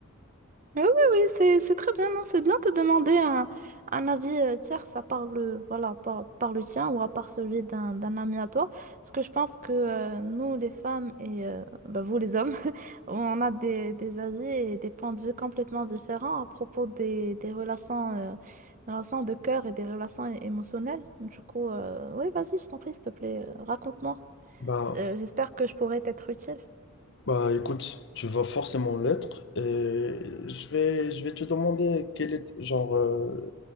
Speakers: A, on the right; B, on the left.
A: Oui, oui, oui, c'est, c'est très bien, non, c'est bien de demander un, un avis euh, tierce à part le, voilà, par, par le tien ou à part celui d'un, d'un ami à toi. Parce que je pense que euh, nous, les femmes et euh, bah, vous, les hommes, <laughs> on a des, des avis et des points de vue complètement différents à propos des, des relations, euh, des relations de cœur et des relations é- émotionnelles. Du coup, euh, oui, vas-y, je t'en prie, s'il te plaît, euh, raconte-moi.
B: Bah,
A: Euh, j'espère que je pourrai t'être utile.
B: bah écoute, tu vas forcément l'être et je vais, je vais te demander quel est genre euh,